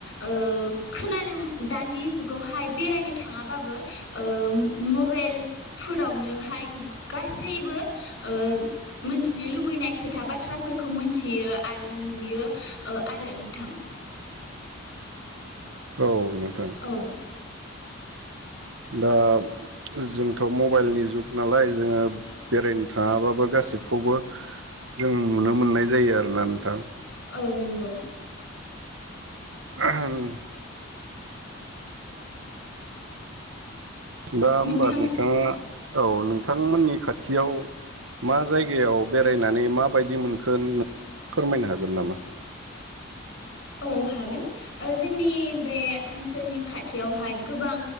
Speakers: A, on the left; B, on the right.
A: ओ खोनानो दानि जुगावहाय बेरायनो थाङाबाबो ओ मबेल फोरावनोहाय ग-गासैबो ओ मोनथिनो लुबैनाय खोथा बाथ्राफोरखौ मोनथियो आरो नुयो ओ आरो नोंथां।
B: औ नोंथां।
A: औ
B: दाब जोंथ' मबाइलनि जुग नालाय जोङो बेरायनो थाङाबाबो गासिबखौबो जों नुनो मोननाय जायो आरोना नोंथां।
A: औ नोंगौ।
B: आहान। दा ओमबा
A: नोंथां
B: नोंथाङा औ नोंथांमोननि खाथियाव मा जायगायाव बेरायनानै माबायदि मोनखो नों फोरमायनो हागोन नामा?
A: औ हागोन। ओ जोंनि बे ओनसोलनि खाथियावहाय गोबां